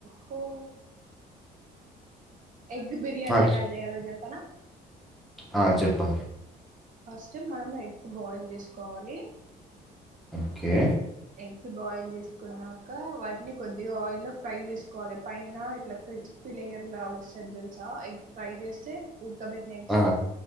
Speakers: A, on the right; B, in the centre.
A: హో ఎగ్ బిర్యానీ
B: ఆ,
A: ఎలా చేయాలో చెప్పనా
B: ఆ, చెప్పండి
A: ఫస్ట్ మనం ఎగ్స్ బాయిల్ చేసుకోవాలి.
B: ఓకే
A: ఎగ్స్ బాయిల్ చేసుకున్నాక వాటిని కొద్దిగా ఆయిలో ఫ్రై చేసుకోవాలి పైన ఇట్లా క్రిస్పీ లేయర్ లాగా వస్తది తెల్సా ఎగ్ ఫ్రై చేస్తే ఉడకబెట్టిన
B: ఆ